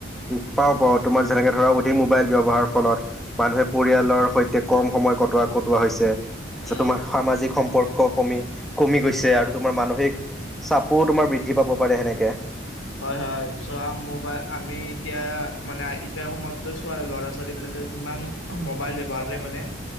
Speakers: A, in the centre; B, on the left.
A: উ পাও পাও তোমাৰ যেনেকে ধৰা অধিক মোবাইল ব্যয়হাৰৰ ফলত। মানুহে পৰিয়ালৰ
B: উম
A: সৈতে কম সময় কটোৱা কটোৱা হৈছে তাৰপিছত
B: উম
A: তোমাৰ সামাজিক সম্পৰ্কক। কমি কমি গৈছে
B: আহ
A: আৰু তোমাৰ মানসিক চাপোও তোমাৰ বৃদ্ধি পাব পাৰে সেনেকে।
B: হয় হয় চ মবাই আমি এতিয়া মানে এতিয়া সমাজ ল'ৰা ছোৱালী বিলাক যিমান মোবাইল ব্য্ৱহাৰ মানে